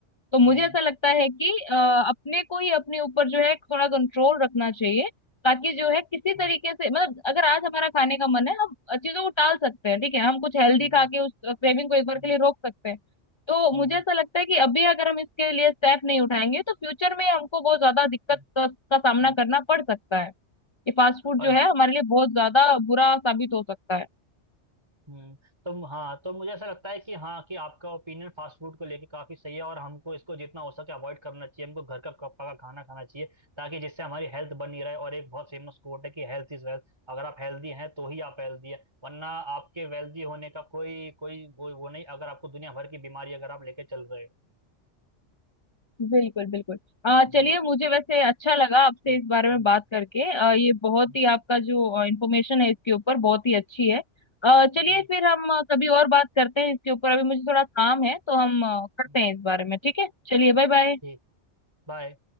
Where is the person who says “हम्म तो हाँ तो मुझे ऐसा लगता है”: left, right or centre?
Right